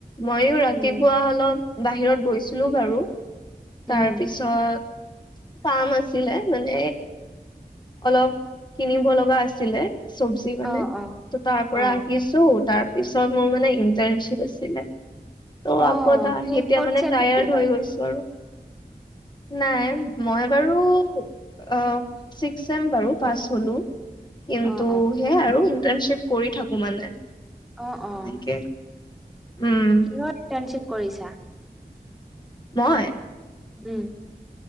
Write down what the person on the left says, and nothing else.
ময়ো ৰাতিপুৱা
অলপ বাহিৰত গৈছিলো বাৰু। তাৰ
পিছত কাম আছিলে মানে অলপ কিনিব লগা আছিলে। চবজি মানে
ত তাৰ পৰা
আহিছো তাৰ পিছত মোৰ মানে ইণ্টাৰনশিপ আছিলে। ত'
আকৌ ত
এতিয়া
মানে
টায়াৰ্ড
হৈ গৈছে। বাৰু নাই। মই বাৰু অ' ছিক্স চেম বাৰু পাছ হ'লো। কিন্তু
সেয়াই আৰু ইন্টাৰণশ্বিপ কৰি থাকো মানে।
এনেকে উম
মই